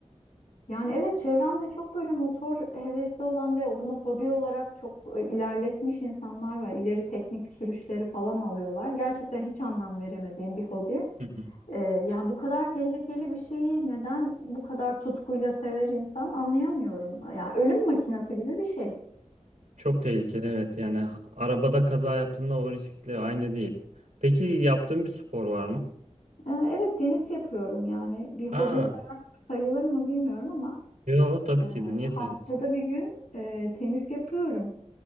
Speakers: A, on the left (about 85°); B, on the right (about 85°).
A: Yani evet çevremde çok böyle motor hevesi olan ve bunu hobi olarak çok e, ilerletmiş insanlar var. İleri teknik sürüşleri falan alıyorlar. Gerçekten hiç anlam veremediğim bir hobi.
B: Hı hı.
A: Ee, ya bu kadar tehlikeli bir şeyi neden bu kadar tutkuyla sever insan anlayamıyorum. Ya ölüm makinesi gibi bir şey.
B: Çok tehlikeli evet. Yani ha- arabada kaza yaptığında o riskle aynı değil. Peki yaptığın bir spor var mı?
A: Ee, evet tenis yapıyorum yani bir hobi
B: Aa,
A: olarak sayılır mı bilmiyorum ama
B: yo tabii
A: e,
B: ki de niye
A: haftada
B: sayılmasın?
A: bir gün e, tenis yapıyorum.